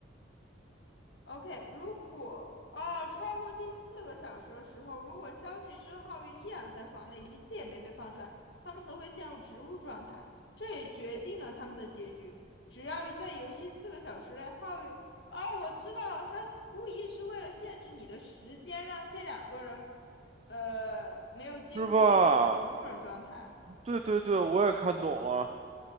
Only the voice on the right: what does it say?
是吧？对对对，我也看懂了，